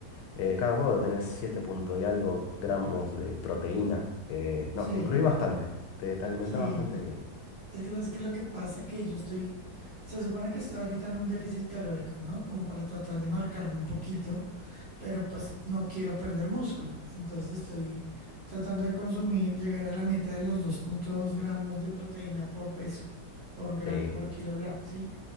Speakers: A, on the left; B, on the right.
A: eh, cada huevo debe tener 7 punto y algo gramos de proteína. Eh, no,
B: sí,
A: incluí bastante. Te, te alimenta
B: sí.
A: bastante bien.
B: Es que sabes que lo que pasa que yo estoy, se supone que estoy ahorita en un déficit calórico, ¿no? Como para tratar de marcarme un poquito. pero pues no quiero perder músculo. Entonces estoy tratando de consumir, llegar a la meta de los dos punto dos gramos de proteína por peso, por gram,
A: Sí.
B: por kilogramo, ¿sí?